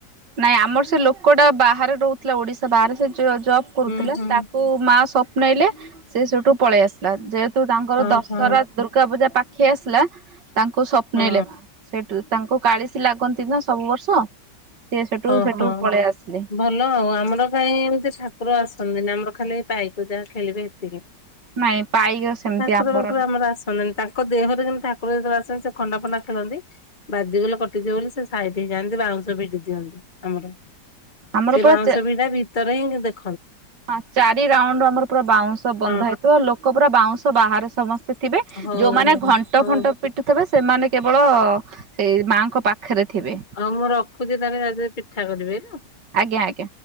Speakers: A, on the right; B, on the left.
A: ନାଇଁ ଆମର ସେ ଲୋକଟା ବାହାରେ ରହୁଥିଲା ଓଡିଶା ବାହାରେ ସେ ସିଏଜବ୍ କରୁଥିଲା
B: ହୁଁ ହୁଁ
A: ତାକୁ ମା ସ୍ଵପ୍ନେଇଲେ ସେ ସେଠୁ ପଳେଇ ଆସିଲା, ଯେହେତୁ ତାଙ୍କର
B: ହଁ
A: ଦଶହରା
B: ହଁ
A: ଦୁର୍ଗା ପୂଜା ପାଖେଇ ଆସିଲା, ତାଙ୍କୁ ସ୍ୱପ୍ନେଇଲେ।
B: ହଁ
A: ସେଟୁ ତାଙ୍କୁ କାଳିଶି ଲାଗନ୍ତି ନା ସବୁ ବର୍ଷ। ସିଏ ସେଠୁ
B: ଅହଃ!
A: ସେଠୁ ପଳେଇ ଆସିଲେ
B: ଭଲ ଆଉ ଆମର କାହିଁ ଏମିତି ଠା ଠାକୁର ଆସନ୍ତିନ ଆମର ଖାଲି ପାଇକ ଯାହା ଖେଳିବେ ହେତିକି।
A: ନାଇଁ ପାଇକ ସେମିତି
B: ଠାକୁର ବାକୁର
A: ନାହିଁ,
B: ଆମର ଆସନ୍ତିନି ତାଙ୍କ ତାଙ୍କ ଦେହରେ ଯେ ଠାକୁର ଯେତେବେଳେ ଆସନ୍ତି ସେ ଖଣ୍ଡା ଫଣ୍ଡା ଖେଳନ୍ତି ବାଜିଗଲେ କଟିଯିବ ବୋଲି ସେ ସାଇଡ୍ ହେଇଯାନ୍ତି ବାଁ କୁ ବାଉଁଶ ଭିଡ଼ି ଦିଅନ୍ତି ଆମର,
A: ଆମର
B: ସେ
A: ପୁରା
B: ବାଉଁଶ
A: ଚା
B: ବିଡ଼ା ଭିତରେ ହିଁ ଦେଖ୍
A: ହଁ ଚାରି ରାଉଣ୍ଡୁ ଆମର ପୁରା ବାଉଁଶ ବନ୍ଧା
B: ହଁ
A: ହେଇଥିବ ଲୋକ ପୁରା ବାଉଁଶ ବାହାରେ ସମସ୍ତ ଥିବେ
B: ହଉ।
A: ଯଉମାନେ ଘଣ୍ଟ
B: ହଉ
A: ଫଣ୍ଟ ପିଟୁଥିବେ ସେମାନେ କେବଳ ସେଇ ମାଙ୍କ ପାଖରେ। ଥିବେ
B: ଆଉ ମୁଁ ରଖୁଚି ତାହାଲେ ଯାଉଚି ପିଠା କରିବି ହେଲା।
A: ଆଜ୍ଞା ଆଜ୍ଞା।